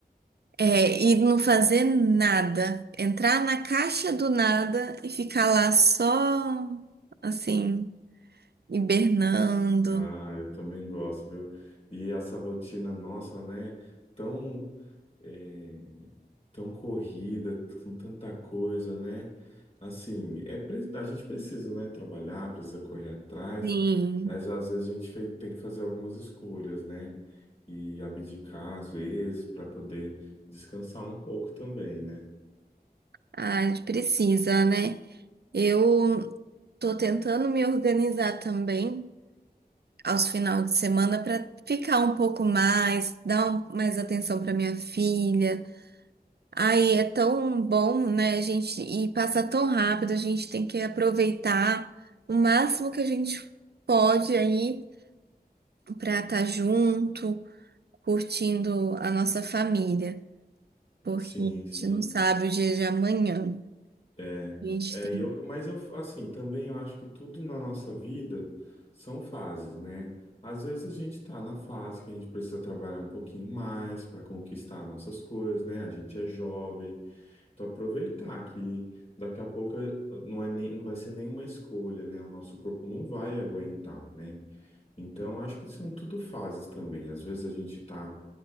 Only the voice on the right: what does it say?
É, e não fazer nada. Entrar na caixa do nada e ficar lá só, assim, hibernando.
Sim,
Ah, a gente precisa, né? Eu tô tentando me organizar também aos finais de semana para ficar um pouco mais, dar um- mais atenção para minha filha. Aí é tão bom, né, a gente, e passa tão rápido, a gente tem que aproveitar o máximo que a gente pode aí para estar junto, curtindo a nossa família, porque
a
gente não sabe o dia de amanhã.
A gente
tem,